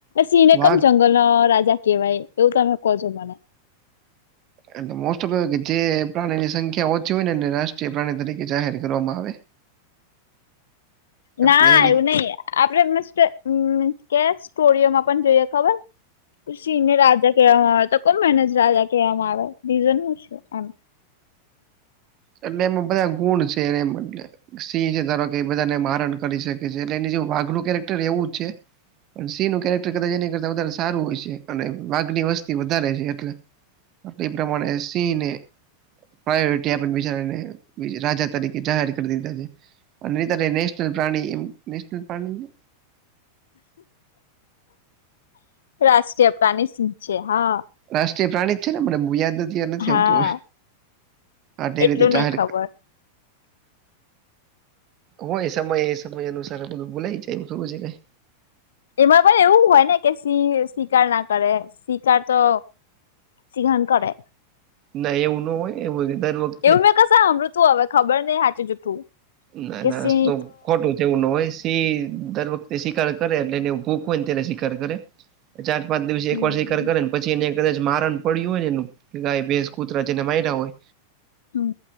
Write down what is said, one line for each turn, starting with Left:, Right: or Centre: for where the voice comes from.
Left: સિંહને
Right: વાઘ
Left: કકમ જંગલ નો રાજા કેહેવાય એવું તમે કહો છો મને
Right: એટલે મોસ્ટ ઓફ કે જે પ્રાણીની સંખ્યા ઓછી હોય ને એ રાષ્ટ્રીય પ્રાણી તરીકે જાહેર કરવામાં આવે <inaudible> એટલે
Left: ના
Right: એ રીત
Left: એવું નઈ આપડે કે સ્ટોરીમાં પણ જોઈએ ખબર. સિંહને રાજા કહેવામાં આવે તો કેમ એને જ રાજા કહેવામાં આવે રીઝન શું છે એમ
Right: એટલે એમાં બધા ગુણ છે એને એમ એટલે સિંહ છે ધારો કે એ બધાને મારણ કરી શકે છે એટલે એની જે વાઘલું કેરેક્ટર એવું જ છે. પણ સી નું કેરેક્ટર કરતા જે કરતા વધારે સારું હોય છે અને વાઘની વસ્તી વધારે છે એટલે એ પ્રમાણે સિંહ ને પ્રાયોરિટી આપે રાજા તરીકે જાહેર કરી દીધા છે અને નેશનલ પ્રાણી એ નેશનલ પ્રાણી છે.
Left: રાષ્ટ્રીય પ્રાણી સિંહ છે હા
Right: રાષ્ટ્રીય પ્રાણી જ છે ને બોવ યાદ નથી નથી
Left: હા
Right: આવતું હવે આ
Left: એટલું
Right: રીતે જાહેર
Left: નઈ ખબર
Right: કર હોય સમય સમય અનુસાર બધું ભુલાય જાય એવું થોડું છે કઈ.
Left: એમાં પણ એવું હોય ને કે શિકાર ના કરે શિકાર તો સિંહણ કરે
Right: ના એવું ન હોય એવું દર વખતે.
Left: એવું મેં કશે સાંભળયુ તુ હવે ખબર નય હાચુ જુઠું.
Right: ના
Left: કે
Right: ના
Left: સિંહ
Right: તો ખોટું છે એવું નો હોય. દર વખતે શિકાર કરે એટલે એને ભૂખ હોય ને તેને શિકાર કરે. ચાર પાંચ દિવસે એક
Left: હમ
Right: વાર શિકાર કરે ને પછી એને કદાચ મારણ પડ્યું હોય ને એનુ ગાય ભેંસ. કૂતરા જેને માર્યા ના હોય
Left: હમ